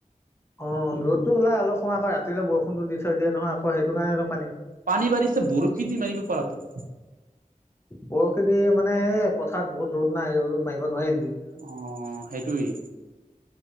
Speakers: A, on the left (about 20°); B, on the right (about 80°).
A: অঁ ৰদটো ওলাই অলপ সময় আকৌ ৰাতিলে বৰষুণটো দি থৈ দিয়ে নহয়। আকৌ সেইটো কাৰণে-
B: পানী বাঢ়িছে বৰশী দি মাৰিব পাৰা তো।
A: বৰশী দি মানে এ পথাৰত বহুত ৰ'দ নাই এই ৰ'দত মাৰিব নোৱাৰি
B: অঁ সেইটোৱেই।